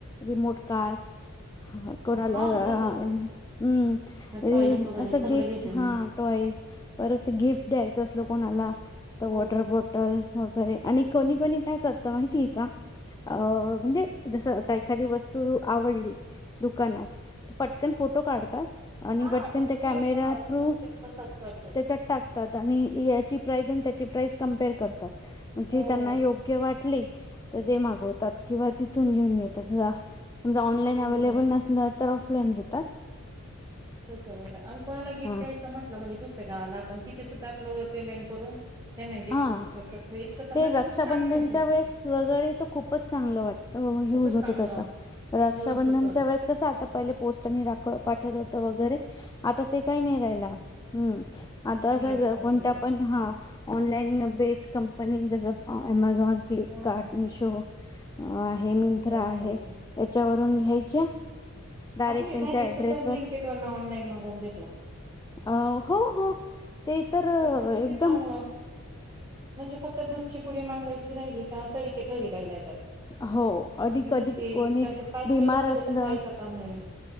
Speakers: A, on the left (about 15°); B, on the right (about 15°).
A: Remote car. हा. कोणाला
B: हा तसच
A: आ म् रिम,
B: टॉईस वगैरे
A: असं
B: सगळं
A: गिफ्ट.
B: घेते
A: हा
B: मी.
A: टॉईज. परत गिफ्ट द्यायचं असल कोणाला, तर वॉटर-
B: हो
A: बॉटल. वगैरे आणि कोणी - कोणी काय करत, माहितीय का? अ म्हणजे जसं आता एखादी वस्तू आवडली, दुकानात. पटकन फोटो काढतात. आणि
B: हा
A: बटकन
B: तस
A: ते कॅमेऱ्या
B: मी हा मी
A: थ्रू.
B: तसे तसच करते
A: त्याच्या टाक तात. आणि याची प्राईज आणि त्याची प्राईज, कम्पेअर करतात. म्हणजे
B: हो.
A: त्यांना योग्य वाटले. तर ते मागवतात. किंवा तिथून घेऊन येतात. समजा, ऑनलाईन
B: हम्म.
A: अव्हेलेबल नसलं, तर ऑफलाईन घेतात.
B: <unintelligible> अन् कोणाला गिफ्ट
A: हा
B: द्यायचं म्हटलं, म्हणजे दुसऱ्या गावाला. आपण तिथे सुद्धा आपलं पेमेंट करून. पेमेंट
A: हा
B: <unintelligible> शकतो. इतकं तर म्हणजे
A: ते रक्षाबंधनच्या
B: खूप चांगलेय ते.
A: वेळेस वगैरे तर खूपच चांगलं वाटतं. युज
B: खूपच
A: होतो
B: चांगलं.
A: त्याचा. रक्षाबंधनच्या
B: युज होत
A: वेळेस कसं आता, पहिले पोस्टनी राख पाठवत होत वगैरे. आता ते काही नाही राहिला. हम्म, आता असं
B: ऑनलाईन पाठवतो.
A: कोणत्या पण, हा. Online base company. जस अमेझॉन, फ्लिपकार्ट,
B: हो
A: मिशो अ आहे मिंत्रा
B: तेच
A: आहे.
B: तर ते.
A: याच्यावरून
B: हम्म.
A: घ्यायच्या डायरेक्ट
B: आता मी
A: त्यांच्या
B: भाजी
A: ऍड्रेसवर
B: सुद्धा, ब्लीनकिट ऑनलाईन मागवून घेतो.
A: अ हो, हो. ते तर
B: हे किती
A: एक
B: चांगलं. म्हणजे फक्त दुधची पुडी मागवायची राहिली का, तरी ते, घरी द्यायला येतात.
A: हो आणि
B: म्हणजे
A: कधी कोणी
B: ते आपलं पाच
A: बिमार
B: मिनिटसाठी
A: असलं
B: पण, जायचं काम नाही.